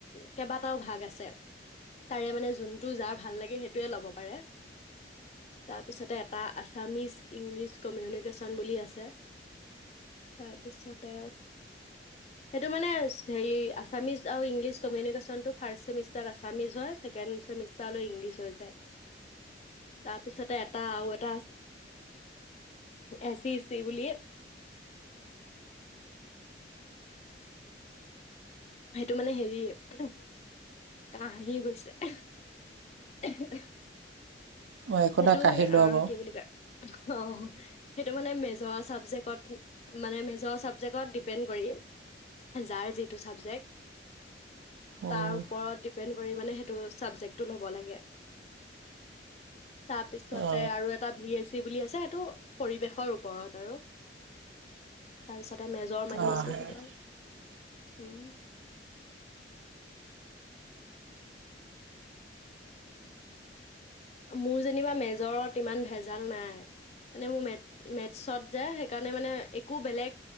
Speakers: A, on the left; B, on the right.
A: কেইবাটাও ভাগ আছে তাৰে মানে যোনটো যাৰ ভাল লাগে সেইটোয়ে ল'ব পাৰে তাৰপিছতে এটা আছে আছামিজ ইংলিছ কমিউনিকেশ্যন বুলি আছে তাৰপিছতে সেইটো মানে হেৰি আছামিজ আৰু ইংলিছ কমিউনিকেশ্যনটো ফাৰ্ষ্ট চেমিষ্টাৰত আছামিজ হয় ছেকেণ্ড চেমিষ্টাৰলৈ ইংলিছ হৈ যায় তাৰপিছতে এটা আৰু এটা এছি স্তি বলে সেইটো মানে হেৰিয়ে কাহহি গৈছে
B: অ একো
A: সেইটো
B: নাই কাঢ়ি লোৱা
A: অ
B: বাৰু
A: কি বুলি কয় অ সেইটো মানে মেজৰ চাবজেক্টত মানে মেজৰ চাবজেক্টত ডিপেণ্ড কৰি যাৰ যিটো ছাবজেক্ট
B: উম
A: তাৰ ওপৰত ডিপেণ্ড কৰি মানে সেইটো ছাবজেক্টটো ল'ব লাগে তাৰপিছতে
B: অ
A: আৰু এটা ভি এ চি বুলি আছে সেইটো পৰিৱেশৰ ওপৰত আৰু তাৰ পিছতে মেজৰ মাইনৰৰতটো
B: অ অ
A: থাকে আৰু উম মোৰ যেনিবা মেজৰত ইমান ভেজাল নাই মানে মোৰ মে মেথছত যে সেইকাৰণে মানে একো বেলেগ